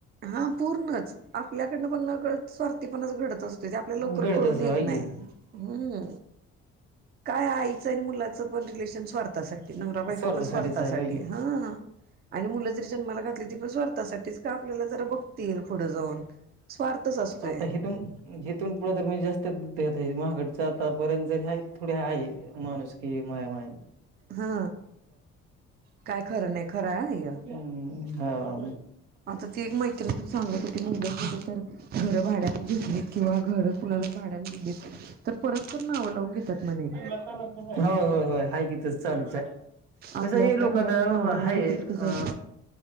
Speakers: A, on the right; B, on the right.
A: हा पूर्णच. आपल्याकडनं पण नकळत स्वार्थी पणाच घडत असतोय. ते आपल्या लवकर
B: घडत
A: कळून
B: असं
A: येत
B: होय
A: नाही.
B: की
A: हम्म काय आईचं आणि, मुलाचं पण रिलेशन स्वार्थासाठी. नवराबायको
B: स्वार्थासाठीच
A: पण स्वार्थासाठी
B: आहे होय की
A: हा. आणि मुलं जरी जन्माला घातली, ती पण स्वार्थासाठीच. आपल्याला जरा बघतील पुढे जाऊन. स्वार्थच असतोय
B: आता हितून हितून पुढे तर मी जास्त देत. महागडच आतापर्यंत जरी हायत, थोडे आहे माणूस की माया माय.
A: हा. काय खरं नाही, खरं हाय हे
B: हम्म हा.
A: आता ती एक मैत्रीण तर सांगत होती. मुंबईमध्ये तर घर भांड्याने घेतली किंवा, घर कुणाला भाड्यानं दिली. तर परस्पर नावं लावून घेतात. म्हणे.
B: होय होय होय हाय इथंच. चालूच आय.
A: आपल्या
B: कस आहे
A: आपल्या
B: लोक
A: घरांना
B: आता
A: नावं लावून
B: हाय
A: घेतात
B: अ..
A: तिथे जाऊन.